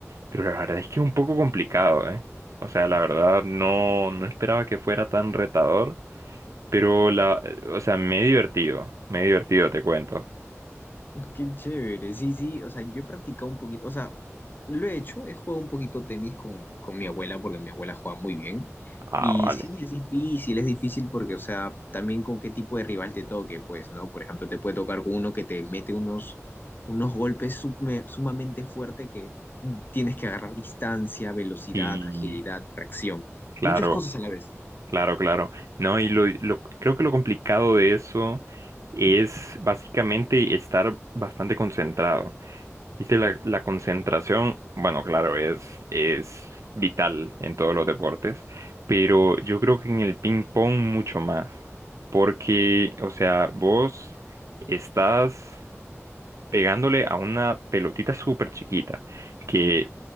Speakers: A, on the right; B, on the left.
A: pero la verdad es que es un poco complicado, ¿eh? O sea, la verdad no, no esperaba que fuera tan retador, pero la, o sea, me he divertido, me he divertido, te cuento.
B: Qué chévere, sí, sí, o sea, yo he practicado un poquito, o sea, lo he hecho, he jugado un poquito tenis con, con mi abuela porque mi abuela juega muy bien.
A: Ah,
B: Y
A: vale.
B: sí, es difícil, es difícil porque, o sea, también con qué tipo de rival te toque, pues, ¿no? Por ejemplo, te puede tocar uno que te mete unos, unos golpes sume- sumamente fuerte que tienes que agarrar distancia, velocidad,
A: Sí,
B: agilidad, reacción,
A: claro.
B: muchas cosas a la vez.
A: Claro, claro. No, y lo, lo- creo que lo complicado de eso es básicamente estar bastante concentrado. Viste, la, la concentración, bueno, claro, es, es vital en todos los deportes, pero yo creo que en el ping pong mucho más, porque, o sea, vos estás pegándole a una pelotita súper chiquita que